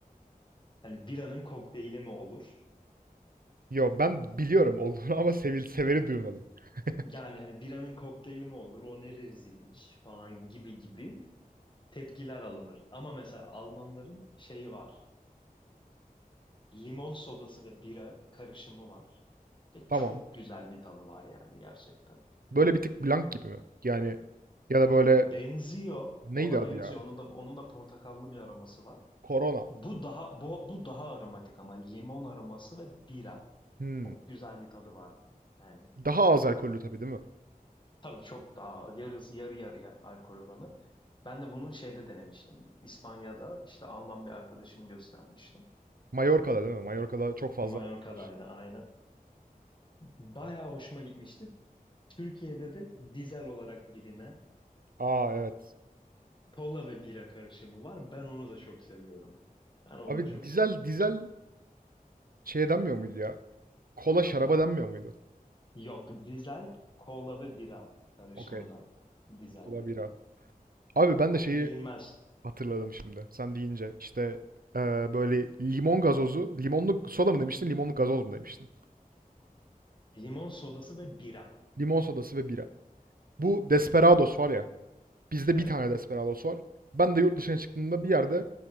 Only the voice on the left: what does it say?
Hani biranın kokteyli mi olur?
Yani hani biranın kokteyli mi olur? O ne rezil iş falan gibi gibi tepkiler alınır. Ama mesela Almanların şeyi var. Limon sodası ve bira karışımı var. Ve
çok güzel bir tadı var yani gerçekten.
Benziyor.
Ona
benziyor.
Onun da onun da portakallı bir aroması var.
Bu daha bu, bu daha aromatik ama limon aroması ve bira.
Çok güzel bir tadı var. Yani
tabii çok daha yarısı yarı yarıya alkol oranı. Ben de bunu şeyde denemiştim. İspanya'da işte Alman bir arkadaşım göstermişti.
Mallorca'daydı
aynen. Bayağı hoşuma gitmişti. Türkiye'de de dizel olarak bilinen
kola ve bira karışımı var. Ben onu da çok seviyorum. Ben onu
da çok
seviyorum.
Yok, dizel kola ve bira karışımına
dizel
deniyor.
Çok
bilinmez.
Limon sodası ve bira.
Evet,